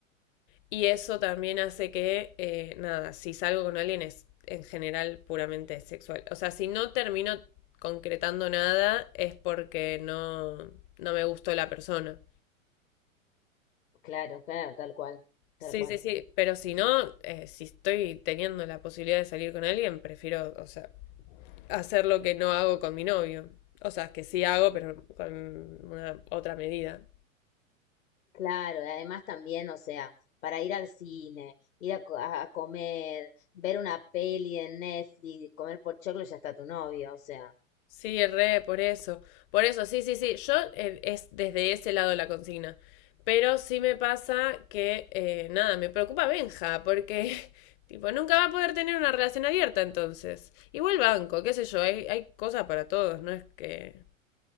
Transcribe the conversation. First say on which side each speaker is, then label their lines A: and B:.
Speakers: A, on the left; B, on the left.
A: Y eso también hace que, eh, nada, si salgo con alguien es en general puramente sexual. O sea, si no termino concretando nada es porque no, no me gustó la persona.
B: Claro, claro, tal cual,
A: Sí,
B: tal cual.
A: sí, sí, pero si no, eh, si estoy teniendo la posibilidad de salir con alguien, prefiero, o sea, hacer lo que no hago con mi novio. O sea, que sí hago, pero con una otra medida.
B: Claro, y además también, o sea, para ir al cine, ir a, co- a comer, ver una peli en Netflix, comer por choclo, ya está tu novio, o sea.
A: Sí, re, por eso. Por eso, sí, sí, sí. Yo eh, es desde ese lado la consigna. Pero sí me pasa que, eh, nada, me preocupa Benja, porque, <laughs> tipo, nunca va a poder tener una relación abierta entonces. Igual banco, qué sé yo, hay, hay cosas para todos, no es que,